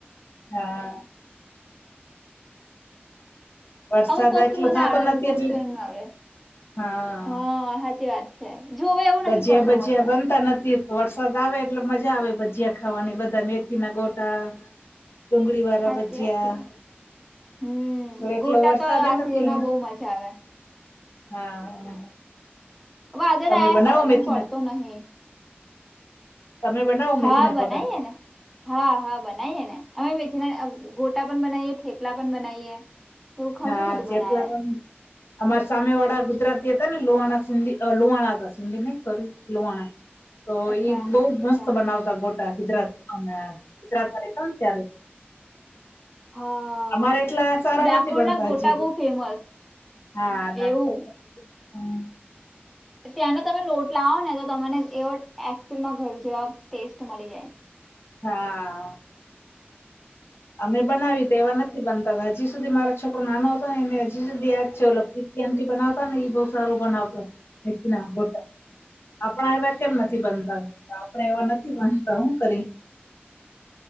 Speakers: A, on the left (about 70°); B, in the centre.
A: હા. વરસાદ
B: અમુક વસ્તુ
A: એટલો
B: મને
A: થતો
B: આવડે અમુક
A: નથી એટલે
B: વસ્તુ એમને આવડે
A: હા.
B: હા સાચી વાત છે જોવે. એવું
A: ભજયા
B: નહીં પડતો
A: ભજયા
B: વરસાદ
A: બનતા નથી. વરસાદ આવે એટલે મજા આવે ભજીયા ખાવાની બધા મેથી ના ગોટા. ડુંગળી વાળા
B: સાચી
A: ભજ્યા.
B: વાત છે હમ
A: પણ
B: ગોટા
A: એલો વરસાદ
B: તો આ
A: નથી
B: સિઝનમાં
A: અહિયાયા.
B: બહુ મજા આવે
A: હા.
B: વાદર
A: તમે
B: આ
A: બનાવો
B: કર પણ
A: મેથી
B: પડતો
A: ના
B: નહી.
A: તમે <unintelligible>
B: હા બનાઈએ
A: ગોટા
B: ને હા હા બનાઈએ ને. અમે મેથીના ગોટા પણ બનાવીએ ઠેપલા પણ બનાવીએ તો ખશું
A: હા
B: બધું
A: ચેપલા
B: બનાવે.
A: તો અમારા સામે વાળા ગુજરાતી હતા ને લુહણા સિંધી લુહણા હતા સિંધી નહી સોરી લુહણા. તો
B: અચ્છા
A: ઈ બહ મસ્ત
B: અચ્છા
A: બનાવતા ગોટા ગુજરાત અને ગુજરાતમાંતા ને ત્યારે.
B: હા
A: અમારે એટલા સારા
B: ડાકોરના
A: નથી. બનતાજી
B: ગોટા બહુ ફેમસ
A: હા ડ
B: એવું
A: <unintelligible>
B: ત્યાંનો તમે લોટ લાવો ને તો તમને એવો એકચઅલમાં ઘર જેવા ટેસ્ટ મળી જાય.
A: હા. અમે બનાવી ત એવા નથી બનતા હજી સુધી મારા છોકરો નાનો હતો નેને હજી સુધી યાદ છે ઓ લગતી. થી બનાવતા ને એ બહ સારું બનાવતાથી ના ગો ટા. આપણા એવા કેમ નથી બનતા આપણા એવા નથી બનતા હું કરી?